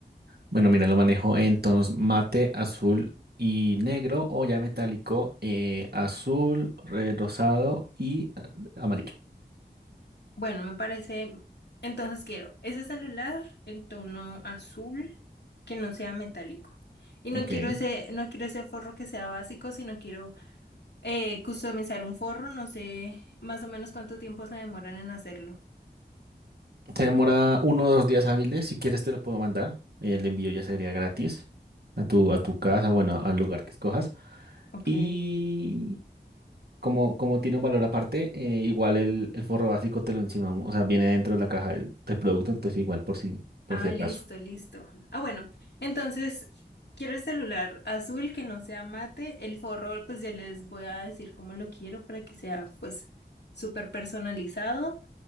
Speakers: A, on the right; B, on the left.
A: Bueno, mira, lo manejo en tonos mate, azul y negro o ya metálico, eh, azul, eh, rosado y ah, amarillo.
B: Bueno, me parece. Entonces quiero ese celular en tono azul que no sea metálico. Y
A: Ok.
B: no quiero ese, no quiero ese forro que sea básico, sino quiero eh, customizar un forro. No sé más o menos cuánto tiempo se demoran en hacerlo.
A: Se demora uno o dos días hábiles. Si quieres, te lo puedo mandar. El envío ya sería gratis a tu, a tu casa, bueno, al lugar que escojas.
B: Ok.
A: Y como, como tiene un valor aparte, eh, igual el, el forro básico te lo encimamos. O sea, viene dentro de la caja del, del producto, entonces igual por si, por
B: Ah,
A: si acaso.
B: listo, listo. Ah, bueno. Entonces quiero el celular azul que no sea mate. El forro, pues ya les voy a decir cómo lo quiero para que sea, pues, súper personalizado.